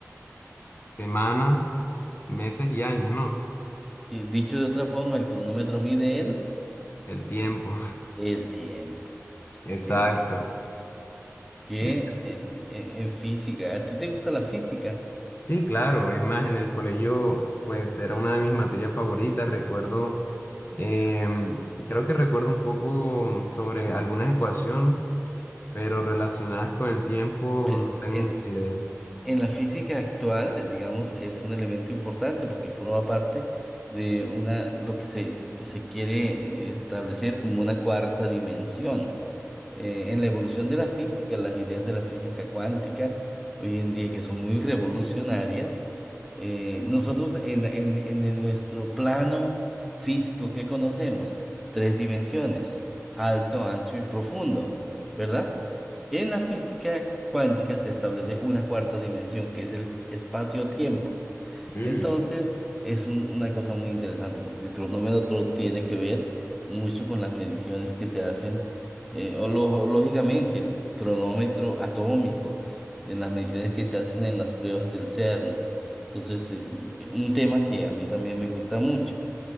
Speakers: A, on the left; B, in the centre.
A: semanas, meses y años, ¿no?
B: Di- Dicho de otra forma, el cronómetro mide el
A: El tiempo,
B: El tiempo,
A: <laughs> exacto.
B: el tiempo. Que
A: Eh,
B: eh, e- en física, ¿a ti te gusta la física?
A: Sí, claro, es más, en el colegio, pues era una de mis materias favoritas. Recuerdo, em, creo que recuerdo un poco sobre algunas ecuaciones, pero relacionadas con el tiempo
B: Bueno,
A: no tengo
B: en,
A: mucha idea.
B: en la física actual, eh, digamos, es un elemento importante porque forma parte de una, lo que se, se quiere eh, establecer como una cuarta dimensión. eh, en la evolución de la física, las ideas de la física cuántica hoy en día que son muy revolucionarias, eh, nosotros en, en, en el- nuestro plano físico que conocemos, tres dimensiones, alto, ancho y profundo, ¿verdad? En la física cuántica se establece una cuarta dimensión que es el espacio-tiempo.
A: Mm,
B: Entonces, es un- una cosa muy interesante porque el cronómetro tiene que ver mucho con las mediciones que se hacen, eh, o lo- lógicamente, el cronómetro atómico, en las mediciones que se hacen en las pruebas del CERN. Entonces, em, un tema que a mí también me gusta mucho.